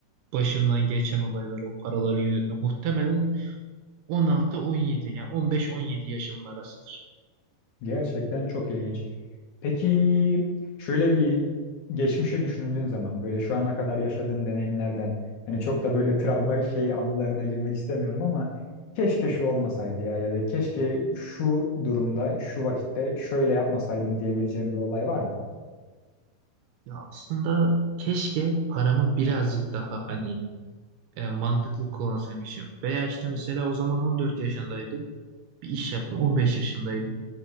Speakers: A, on the right; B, on the left.
A: başımdan geçen olaylar, o paraları yönetme muhtemelen 16-17 yani 15-17 yaşımın arasıdır.
B: Gerçekten çok ilginç. Peki şöyle bir geçmişi düşündüğün zaman böyle şu ana kadar yaşadığın deneyimlerden hani çok da böyle travma şey anılarına girmek istemiyorum ama keşke şu olmasaydı ya ya da keşke şu durumda şu vakitte şöyle yapmasaydım diyebileceğim bir olay var mı?
A: Ya aslında keşke paramı birazcık daha hani e, mantıklı kullanabilmişim. Veya işte mesela o zaman 14 yaşındaydım. Bir iş yaptım. 15 yaşındaydım.